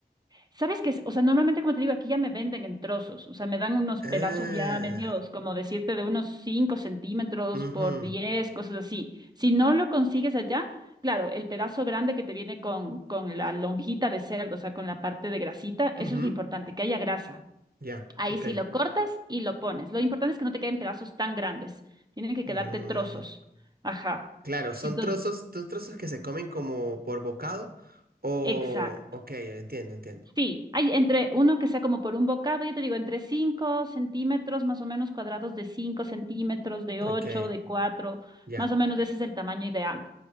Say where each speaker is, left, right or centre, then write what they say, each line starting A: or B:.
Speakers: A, on the right; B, on the right.
A: ¿Sabes qué? O sea, normalmente, como te digo, aquí ya me venden en trozos, o sea, me dan unos
B: Ah,
A: pedazos ya medios, como decirte, de unos cinco centímetros
B: ujú,
A: por 10 cosas así. Si no lo consigues allá, claro, el pedazo grande que te viene con, con la lonjita de cerdo, o sea, con la parte de grasita,
B: ujú,
A: eso es lo importante, que haya grasa.
B: Ya,
A: Ahí
B: ok.
A: sí lo cortas y lo pones. Lo importante es que no te queden pedazos tan grandes. Tienen que quedarte
B: Mm,
A: trozos. Ajá.
B: Claro, son
A: Entonces,
B: trozos, son trozos que se comen como por bocado o...
A: exacto.
B: Ok, entiendo, entiendo.
A: Sí, hay entre uno que sea como por un bocado, yo te digo, entre 5 centímetros, más o menos cuadrados de 5 centímetros, de
B: Ok,
A: 8, de 4,
B: ya.
A: más o menos ese es el tamaño ideal.